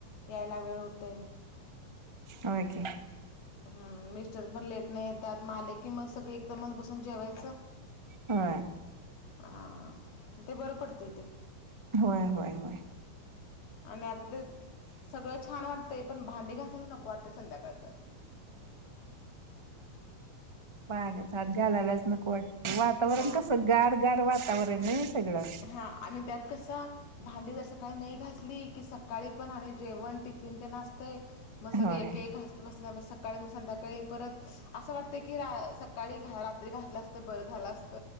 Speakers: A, on the left; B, on the right.
A: यायला वेळ होते
B: आण की
A: हम मिस्टर पण लेट नाही येतात माले की मग सगळे एकदमच बसून जेवायचं
B: होय.
A: हा ते बरं पडतंय ते
B: होय होय होय
A: आणि आता ते सगळं छान वाटतय पण भांडी घासायला नको वाटते संध्याकाळ
B: पान झाात घालालाच नक वाट वातावरण
A: हां
B: कस गाारगार वातावरण सगळं
A: हा आणि त्यात कसं भांडी जर सकाळी नाही घासली की सकाळी पण आणि जेवण ट पिन ते नाचतं आहे मग सगळ
B: होय.
A: एक एक घासत बसता सकाळी मग संध्याकाळी परत असं वाटत की सकाळी रात्री घासला असत बरं झालं असत